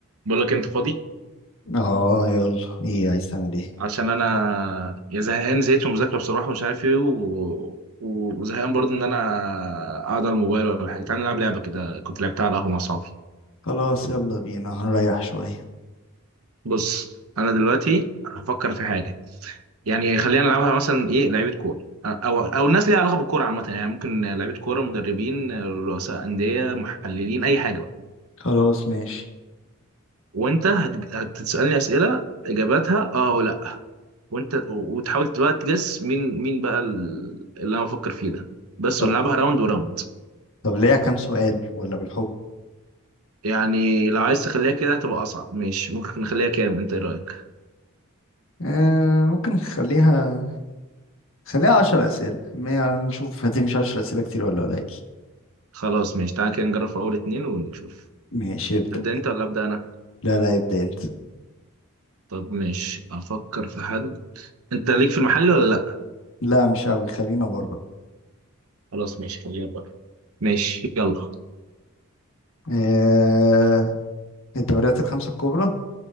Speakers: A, on the right; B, on the left.
A: بقول لك انت فاضي
B: اه يلا ايه عايز تعمل ايه
A: عشان انا يا زهقان زهقت من المذاكره بصراحه مش عارف ايه و... وزهقان برضه ان انا اقعد على الموبايل ولا حاجه تعالى نلعب لعبه كده كنت لعبتها على القهوه مع اصحابي
B: خلاص يلا بينا هنريح شوية
A: بص انا دلوقتي هفكر في حاجه يعني خلينا نلعبها مثلا ايه لعيبه كوره او او الناس ليها علاقه بالكوره عامه يعني ممكن لعيبه كوره مدربين رؤساء انديه محللين اي حاجه بقى
B: خلاص ماشي
A: وانت هت... هتسالني اسئله اجاباتها اه ولا وانت وتحاول بقى تجس مين مين بقى ال- اللي انا بفكر فيه ده بس
B: طب
A: ونلعبها راوند وراوند
B: طب ليها كام سؤال ولا بالحب
A: يعني لو عايز تخليها كده هتبقى اصعب ماشي ممكن نخليها كام انت ايه رايك
B: آه ممكن نخليها خليها عشر أسئلة ما نشوف هتمشي عشر أسئلة كتير ولا قليل
A: خلاص ماشي تعالى كده نجرب في اول اتنين ونشوف
B: ماشي ابدأ
A: تبدا انت ولا ابدا انا
B: لا لا ابدأ انت
A: طب ماشي افكر في حد انت ليك في المحل ولا لا
B: لا مش قوي خلينا بره
A: خلاص ماشي خلينا بره ماشي يلا
B: آه الدوريات الخمسة الكبرى